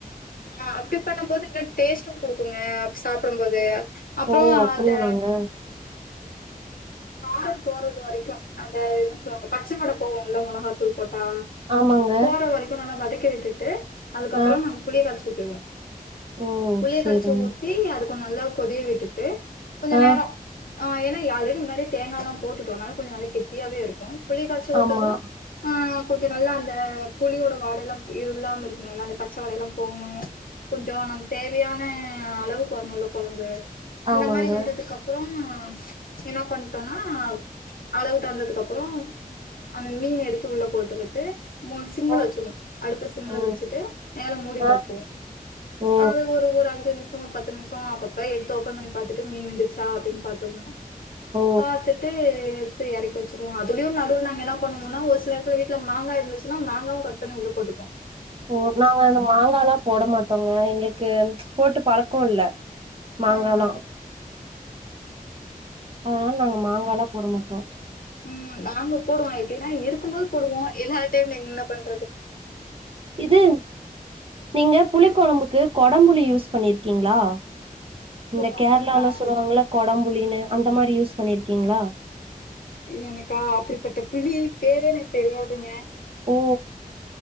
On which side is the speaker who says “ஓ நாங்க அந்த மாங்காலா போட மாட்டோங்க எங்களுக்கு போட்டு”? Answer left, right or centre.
Right